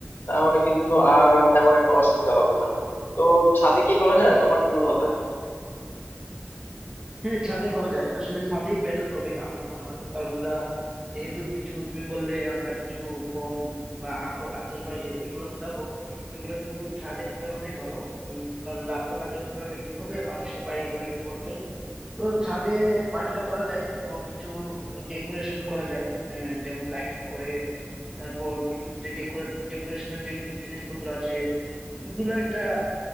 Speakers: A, on the left; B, on the right.
A: তাহলে কিন্তু আর তেমন একটা অসুবিধা হবে না তো ছাদে কি করা যায় তোমার কি মনে হয়
B: হ্যাঁ ছাদে করা যায় আসলে ছাদেই বেটার হবে আমার মনে হয় কারণ আমরা যেহেতু কিছু তুমি বললে আমরা কিছু বোম বা আক- আতশবাজি এগুলো ফুটাবো এগুলো কিন্তু ছাদে ফুটানোটাই ভালো উম কারণ রাস্তাঘাটে ফুটালে কি হবে মানুষের বাড়ি ঘরে গিয়ে পড়বে তো ছাদে পার্টিটা করা যায় এবং কিছু ডেকোরেশন করা যায় আহ, যেমন লাইটিং করে তারপর কিছু যে ডেকোরেশনের যে কিছু জিনিসপত্র আছে ওগুলা একটা